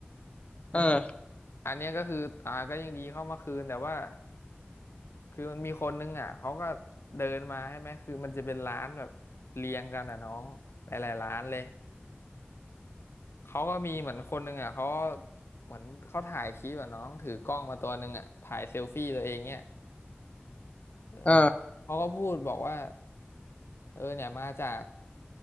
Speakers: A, on the left; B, on the left.
A: เออ
B: อันเนี้ยก็คืออ่าก็ยังดีเข้ามาคืนแต่ว่าคือมันมีคนนึงอ่ะเขาก็เดินมาใช่ไหมคือมันจะเป็นร้านแบบเรียงกันอ่ะน้องหลายๆร้านเลยเขาก็มีเหมือนคนหนึงอ่ะเขาเหมือนเขาถ่ายคลิปอ่ะน้องถือกล้องมาตัวหนึงอ่ะถ่ายเซลฟี่ตัวเองเนี่ยเออเขาก็พูดบอกว่า
A: เออ
B: เออเนี่ยมาจาก